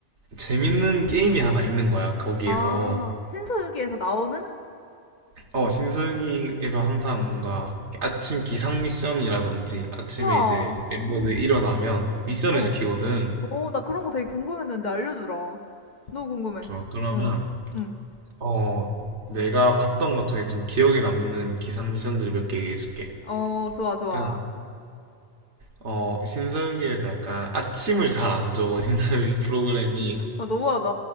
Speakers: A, on the right; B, on the left.
A: 재밌는 게임이 하나 있는 거야 거기에서
B: 아, 신서유기에서 나오는?
A: 어 신솔기에서 항상 뭔가 아침 기상 미션이라든지 아침에
B: 와,
A: 이제 멤버들
B: 음,
A: 일어나면 미션을
B: 어,
A: 시키거든
B: 어, 나 그런 거 되게 궁금했는데 알려주라. 너무 궁금해.
A: 좋아 그러면
B: 응, 응.
A: 어, 내가 봤던 것 중에 좀 기억에 남는 기상 미션들을 몇 개 얘기해줄게.
B: 어, 좋아, 좋아.
A: 약간, 어, 신서유기에서 약간 아침을 잘 안 줘. 신서유기 프로그램이.
B: 아, 너무하다.